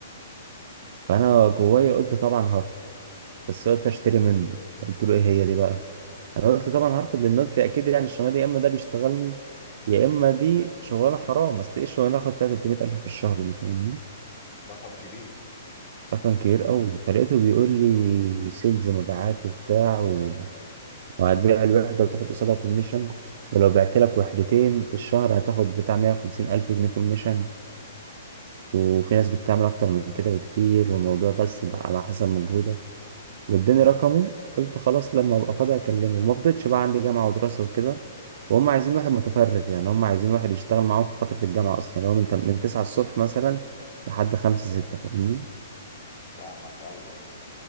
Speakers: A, on the right (about 50°); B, on the left (about 35°).
A: فانا جوايا قلت طبعا هرفض بس قلت اشتري منه قلت له ايه هي دي بقى انا قلت طبعا هرفض لان قلت اكيد يعني الشغلانه دي يا اما ده بيشتغلني يا اما دي شغلانه حرام اصل ايه الشغلانه اخد فيها 300 الف في الشهر دي فاهمني
B: رقم كبير
A: رقم كبير قوي فلقيته بيقول لي سيلز مبيعات وبتاع و... وهتبيع الوحده وتاخد قصادها كوميشن ولو بعت لك وحدتين في الشهر هتاخد بتاع 150 الف جنيه كوميشن وفي ناس بتعمل اكتر من كده بكتير والموضوع بس على حسب مجهودك واداني رقمه قلت خلاص لما ابقى فاضي اكلمه ما فضلتش بقى عندي جامعه ودراسه وكده وهم عايزين واحد متفرغ يعني هم عايزين واحد يشتغل معاهم في فتره الجامعه اصلا اللي هو من تم- من 9 الصبح مثلا لحد 5 6 فاهمني
B: فاهمك أيوة